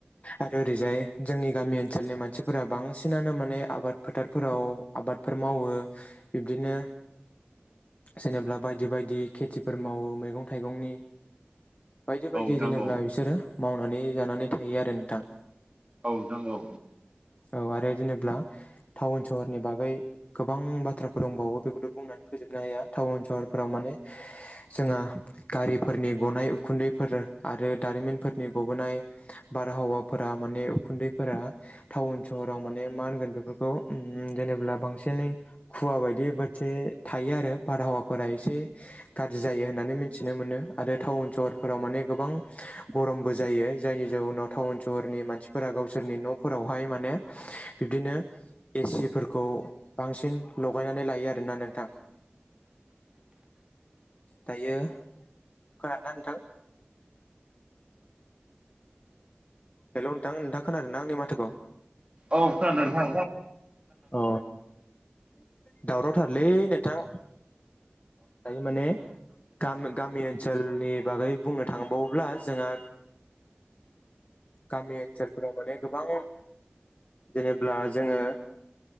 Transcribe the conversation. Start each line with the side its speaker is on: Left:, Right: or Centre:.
Left: आरो ओरैजाय जोंनि गामि ओनसोलनि फोर बांसिनानो माने आबाद फोथारफोराव आबादफोर मावो बिब्दिनो
Right: <inaudible>
Left: जेनेबा बायदि बायदि खेथिफोर मावो मैगं थाइगंनि बायदि बायदि
Right: औ नोंथां
Left: जेनेबा
Right: औ नोंथां औ
Left: बिसोरो मावनानै जानानै थायो आरो नोंथां
Right: औ नोंगौ
Left: औ आरो जेनेब्ला टाउन सहरनि बागै गोबां बाथ्रा फोर दंबावो बेखौथ बुंनानै फोजोबनो हाया टाउन सहरफोराव माने जोंहा गारिफोरनि गनाय उखुन्दैफोर आरो दारिमिनफोरनि गबोनाय बारहावाफोरा माने उखुन्दैफोरा टाउन सहराव माने मा होनगोन बेफोरखौ जेनेब्ला बांसिनै खुवा बायदि मोनसे थायो आरो बारहावाफोरा एसे गाज्रि जायो होननानै मिथिनो मोनो आरो टाउन सहरफोराव मान माने गोबां गरमबो जायो जायनि जाउनाव टाउन सहरनि मानसिफोरा गावसोरनि न'फोराव ओफाय माने। बिब्दिनो ए सि फोरखौ बांसिन लगायनानै लायो आरोना नोंथां।
Right: <inaudible>
Left: दायो खोनादोंना नोंथां? हेलौ नोंथां नोंथांङा खोनादोंना आंनि माथोखौ?
Right: औ खोनादों नोंथां नोंथाङा
Left: अ दावरावथारलै नोंथां। दायो माने गाम गाम गामि ओनसोलनि बागै बुंनो थांबावोब्ला जोंहा गामि ओनसोलफोराव माने गोबां जेनेब्ला जोंङो